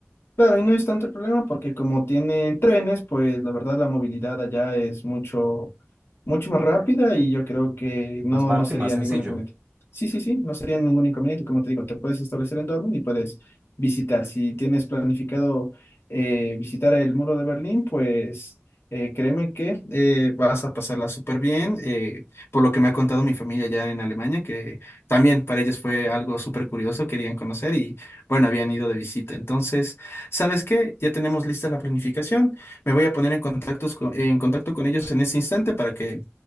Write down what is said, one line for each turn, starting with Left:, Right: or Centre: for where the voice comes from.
Left: Claro, y no es tanto el problema porque como tienen trenes, pues la verdad la movilidad allá es mucho, mucho más rápida y yo creo que no,
Right: Más barato
Left: no sería
Right: y más sencillo.
Left: ningún inconveniente. Sí, sí, sí, no sería ningún inconveniente. Como te digo, te puedes establecer en Dortmund y puedes visitar. Si tienes planificado eh, visitar el muro de Berlín, pues eh, créeme que eh, vas a pasarla súper bien. eh, por lo que me ha contado mi familia allá en Alemania, que también para ellos fue algo súper curioso, querían conocer y bueno, habían ido de visita. Entonces... ¿Sabes qué? Ya tenemos lista la planificación. Me voy a poner en contactos co- en contacto con ellos en ese instante para que